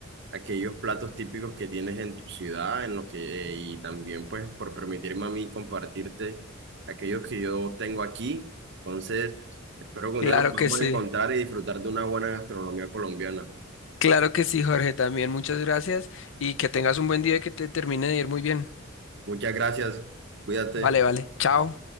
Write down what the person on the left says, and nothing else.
Claro
que sí.
Claro que sí, Jorge, también muchas gracias y que tengas un buen día y que te termine de ir muy bien.
Vale, vale. Chao.